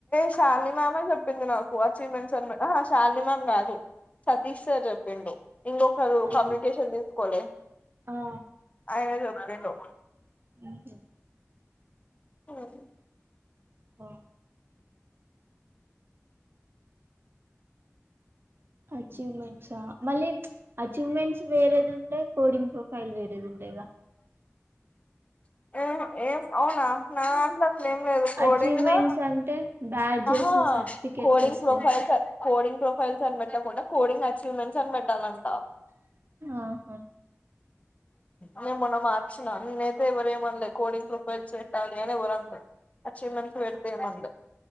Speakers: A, on the left; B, on the right.
A: షాలిని మ్యామే చెప్పింది నాకు అచీవ్మెంట్స్ అని అహ షాలిని మ్యామ్ కాదు సతీష్ సర్ చెప్పిండు ఇంకొకరు
B: ఆ
A: కమ్యూనికేషన్ తీసుకోలే
B: ఆ
A: ఆయన చెప్పిండు
B: మ్ హు
A: అది
B: అ అచీవ్మెంట్సా మళ్ళీ అచీవ్మెంట్స్ వేరేది ఉండే కోడింగ్ ప్రొఫైల్ వేరేది ఉండేగ
A: ఆ ఏం అవునా నా నాదాంట్లే అట్ ట్లెం లేదు కోడింగ్
B: అచీవ్మెంట్స్
A: కో
B: అంటే బ్యాడ్జెస్
A: ఆహా
B: సర్టిఫికేట్స్
A: కోడింగ్
B: వస్తాయి
A: ప్రొఫైల్ స కోడింగ్ ప్రొఫైల్స్ అని పెట్టకుండా కోడింగ్ అచీవ్మెంట్స్ అని పెట్టాలన్
B: ఆహా
A: నేన్ మొన్న మార్చిన నన్నయితే ఎవరేమనలేదు కోడింగ్ ప్రొఫైల్స్ పెట్టాలని ఎవ్వరనలే అచీవ్మెంట్స్ పెడుతే ఎం అనలే